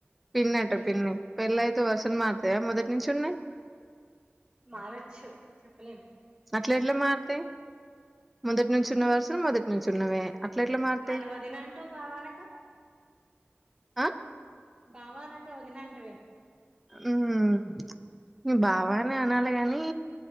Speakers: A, in the centre; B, on the right.
A: పిన్నట
B: ఉమ్
A: పిన్ని పెళ్ళై త్ వర్షన్ మారతయా మొదటి నుంచి ఉన్నాయ్
B: మారచ్చు చెప్పలేం
A: అట్ల ఎట్ల మార్ తే మొదటి నుంచి ఉన్న వరుసల్ మొదటి నుంచి ఉన్నవే అట్ల ఎట్లా మారుతాయి
B: మని వదినంటా వ్ బావన క
A: ఆ
B: బావానక వదినంట్
A: హ్మ్ హ్మ్ బావ బానే అనాలి గానీ